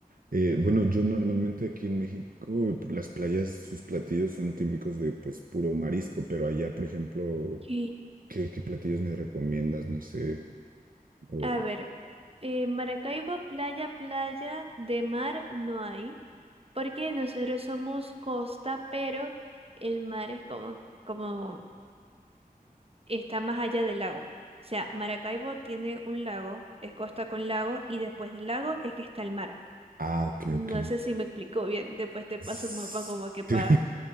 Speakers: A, on the right; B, on the right.
A: Eh, bueno, yo normalmente aquí en México, las playas, sus platillos son típicos de pues puro marisco, pero allá, por ejemplo,
B: Ok.
A: ¿qué, qué platillos me recomiendas? No sé. O...
B: A ver, eh, Maracaibo, playa, playa, de mar no hay, porque nosotros somos costa, pero el mar es como, como está más allá del lago. O sea, Maracaibo tiene un lago, es costa con lago, y después del lago es que está el mar.
A: Ah, ok,
B: No
A: ok.
B: sé si me explico bien, después te paso
A: S-
B: un mapa como que para...
A: <laughs>